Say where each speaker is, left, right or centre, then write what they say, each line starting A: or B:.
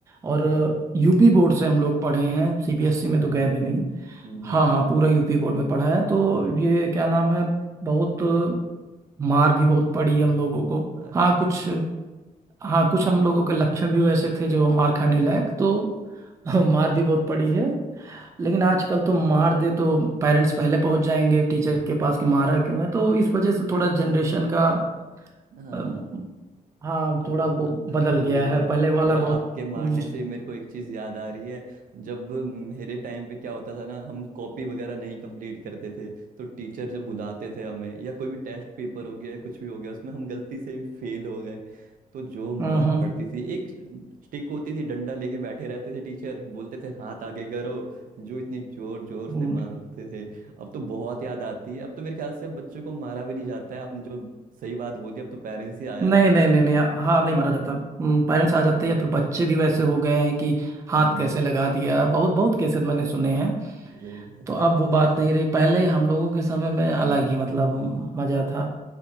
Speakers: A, on the right (about 20°); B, on the right (about 70°).
A: और
B: हाँ
A: यूपी बोर्ड से हम लोग पढ़े हैं सीबीएसई
B: अच्छा
A: में तो गए भी नहीं
B: हम्म
A: हाँ हाँ पूरा यूपी बोर्ड में पढ़ा है तो ये क्या नाम है बहुत मार भी बहुत पड़ी है हम लोगों को
B: अच्छा
A: हाँ कुछ
B: <laughs>
A: हाँ कुछ हम लोगों के लक्षण भी वैसे थे जो मार खाने लायक तो <laughs> मार भी बहुत पड़ी है लेकिन आजकल तो मार दे तो पेरेंट्स पहले पहुंच जाएंगे टीचर के पास कि मारा क्यों है तो इस वजह से थोड़ा जनरेशन
B: हम्म,
A: का
B: हाँ
A: अ, हाँ
B: आप
A: थोड़ा वो
B: <laughs>
A: बदल
B: वही
A: गया
B: तो
A: है पहले वाला
B: और आपके
A: बहुत
B: मारने
A: हम्म
B: से मेरे को एक चीज याद आ रही है जब मेरे टाइम पे क्या होता था ना हम कॉपी वगैरह नहीं कंप्लीट करते थे तो टीचर जब बुलाते थे हमें या कोई भी टेस्ट पेपर हो गया या कुछ भी हो गया उसमें हम गलती से फेल हो गए तो जो मार
A: हम्म हम्म,
B: पड़ती थी एक स्टिक होती थी डंडा लेके बैठे रहते थे टीचर बोलते थे हाथ आगे करो जो इतनी जोर जोर
A: हम्म।
B: से मारते थे अब तो बहुत याद आती है अब तो मेरे ख्याल से अब बच्चों को मारा भी नहीं जाता है आपने जो सही बात बोली अब तो पेरेंट्स ही आ जाते
A: नहीं
B: हैं
A: नहीं नहीं नहीं हाँ अब नहीं मारा जाता हम्म, पेरेंट्स आ
B: हम्म
A: जाते हैं या फिर बच्चे भी वैसे हो गए हैं कि हाथ
B: हम्म,
A: कैसे लगा दिया बहुत
B: <laughs>
A: बहुत केसेस मैंने सुने हैं
B: सही बात
A: तो
B: है
A: अब वो बात नहीं रही पहले हम लोगों के समय में अलग
B: हम्म,
A: ही मतलब मजा था